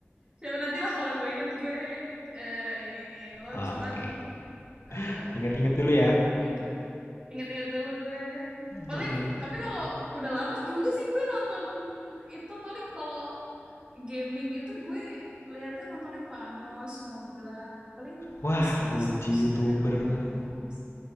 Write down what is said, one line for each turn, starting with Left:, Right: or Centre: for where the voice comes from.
Right: Siapa nantilah kalau gue inget gue eh, iniin lo
Left: Oke.
Right: cuman eh,
Left: Ingat-ingat dulu ya.
Right: ini gue inget-inget dulu gue. Paling
Left: Mm-mm.
Right: tapi kalau udah lama juga sih gue nonton itu paling kalau gaming itu gue liatnya nontonnya Vanos, Nogla, paling
Left: Wah,
Right: Disguise
Left: OG
Right: Toast
Left: YouTuber
Right: karena dulu main
Left: tuh
Right: Among Us.